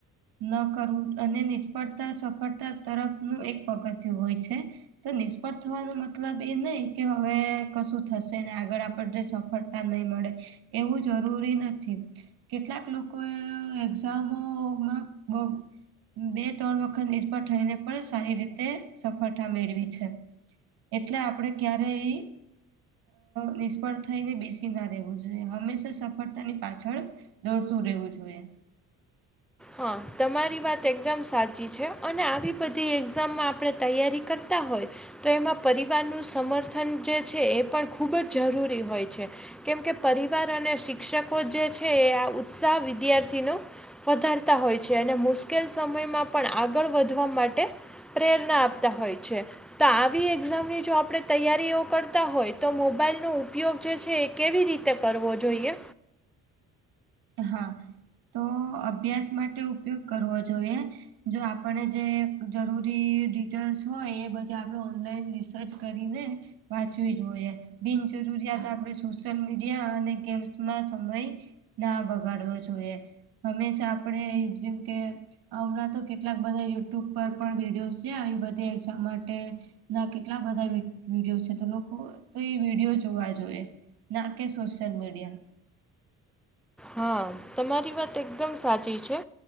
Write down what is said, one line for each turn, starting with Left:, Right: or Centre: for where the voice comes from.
Right: ન કરવું અને નિષ્ફળતા સફળતા તરફનું એક પગથિયું હોય છે. તો નિષ્ફળ થવાનો મતલબ એ નઈ કે હવે કશું થશે ને આગળ આપણને સફળતા નહીં મળે એવું જરૂરી નથી. કેટલાક લોકોએ એક્ઝામોમાં બગ બે ત્રણ વખત નિષ્ફળ થઈને પણ સારી રીતે સફળતા મેળવી છે. એટલે આપણે ક્યારેય નિષ્ફળ થઈને બેસી ના રહેવું જોઈએ હંમેશા સફળતાની પાછળ દોડતું રહેવું જોઈએ
Centre: હા તમારી વાત એકદમ સાચી છે અને આવી બધી એક્ઝામમાં આપણે તૈયારી કરતા હોય તો એમાં પરિવારનું સમર્થન જે છે એ પણ ખૂબ જ જરૂરી હોય છે કેમકે પરિવાર અને શિક્ષકો જે છે આ ઉત્સાહ વિદ્યાર્થીનો પાર હોય છે અને મુશ્કેલ સમયમાં પણ આગળ વધવા માટે પ્રેરણા આપતા હોય છે તો આવી એક્ઝામની જો આપણે તૈયારીઓ કરતા હોય તો મોબાઈલનો ઉપયોગ જે છે કેવી રીતે કરવો જોઈએ
Right: હા તો અભ્યાસ માટે ઉપયોગ કરવો જોઈએ જો આપને જે જરૂરી ડિટેલ્સ હોય એ બધે આપડ ઓનલાઈન રિસર્ચ કરીને વાંચવી જોઈએ બિનજરૂરીજ આપણે સોશિયલ મીડિયા અને ગેમ્સમાં સમય ના બગાડવો જોઈએ હંમેશા આપણે જેમકે હમણાં તો કેટલાક બધા યુટ્યુબ પર પણ વિડીયોઝ છે આવી બધી એ માટે ના કેટલા બધા વિડીયો છે તો લોકો તો એ વિડીિયો જોવા જોઈએ ના કે સોશલ મીડિયા
Centre: હા તમારી વાત એકદમ સાચી છે